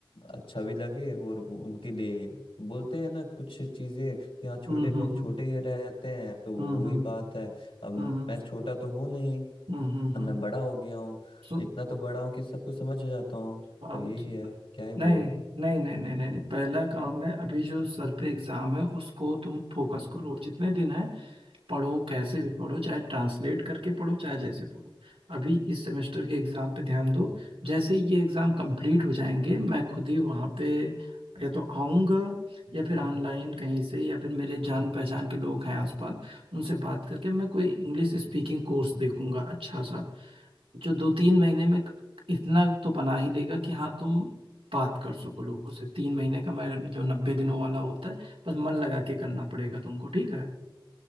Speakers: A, on the left (about 80°); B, on the right (about 85°).
A: अच्छा भी लगे और वो उनके लिए बोलते हैं ना कुछ चीजें कि हाँ छोटे
B: हम्म
A: लोग
B: हम्म
A: छोटे
B: हम्म
A: ही रहते हैं तो
B: हम्म
A: वही बात है अब
B: हम्म,
A: मैं छोटा तो हूँ नहीं
B: हम्म, हम्म,
A: अब
B: हम्म,
A: मैं बड़ा हो गया हूँ
B: सुन
A: इतना तो बड़ा हूँ कि सब कुछ समझ जाता हूँ
B: हाँ
A: पर यही
B: सुन
A: है क्या ही बोलूँ
B: नहीं नहीं नहीं नहीं नहीं नहीं पहला काम है अभी जो सर पे एग्जाम है उसको तुम फोकस करो जितने दिन है पढ़ो कैसे भी पढ़ो चाहे ट्रांसलेट करके पढ़ो चाहे जैसे पढ़ो अभी इस सेमेस्टर के एग्जाम पे ध्यान दो जैसे ही ये एग्जाम कंप्लीट हो जाएंगे मैं खुद ही वहाँ पे या तो आऊँगा या फिर ऑनलाइन कहीं से या फिर मेरे जान पहचान के लोग हैं आसपास उनसे बात करके मैं कोई इंग्लिश स्पीकिंग कोर्स देखूंगा अच्छा सा जो दो तीन महीने में इतना तो बना ही देगा कि हाँ तुम बात कर सको लोगों से तीन महीने का मैं जो नब्बे दिनों वाला होता है बस मन लगा के करना पड़ेगा तुमको ठीक है